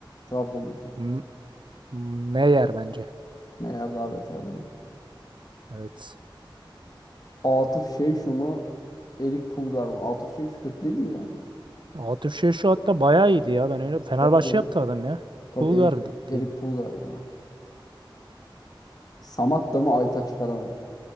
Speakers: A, on the left; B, on the right.
A: Trabzon'daki.
B: M- Meyer bence.
A: Meyer daha beterdi mi?
B: Evet.
A: Atıf Şeyşu mu Erik Pulgar mı? Atıf Şeyşu kötü değildi ya.
B: Atıf şey şu hatta bayağı iyiydi ya. Ben öyle Fenerbahçe
A: Tabii canım.
B: yaptı adam ya.
A: Tabii
B: Bulgar
A: Erik,
B: di-
A: Erik
B: diyelim.
A: Pulgar ya. Samatta mı Aytaç Kara mı?